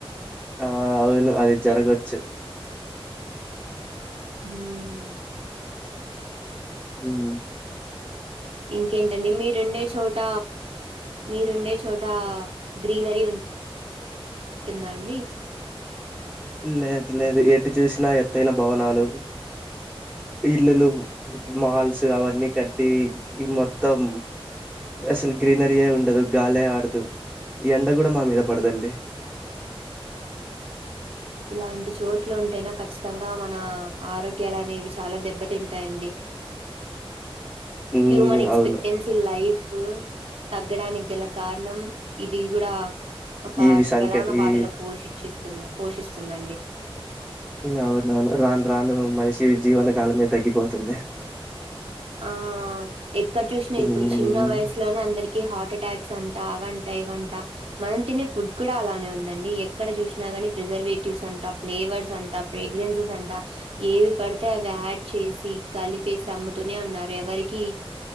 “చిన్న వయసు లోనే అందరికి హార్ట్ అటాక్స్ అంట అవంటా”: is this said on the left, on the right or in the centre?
Right